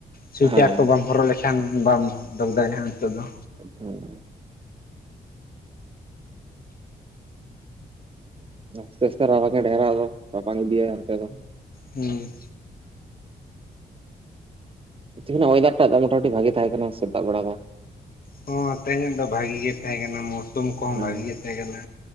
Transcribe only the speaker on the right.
ᱦᱮᱸ
ᱦᱮᱸ᱾ ᱟᱥᱛᱮ ᱟᱥᱛᱮ ᱨᱟᱵᱟᱝ ᱮ ᱰᱷᱮᱨᱟ ᱫᱚ ᱨᱟᱵᱟᱝ ᱤᱫᱤᱭᱟ ᱦᱟᱸᱱᱛᱮ ᱫᱚ᱾
ᱛᱮᱦᱮᱧ ᱚᱭᱮᱫᱟᱨᱴᱟᱜ ᱢᱚᱴᱟᱢᱩᱴᱤ ᱵᱷᱟᱜᱮ ᱛᱟᱦᱮᱸ ᱠᱟᱱᱟ ᱥᱮᱛᱟᱜ ᱵᱮᱲᱟ ᱫᱚ᱾
ᱦᱩᱸ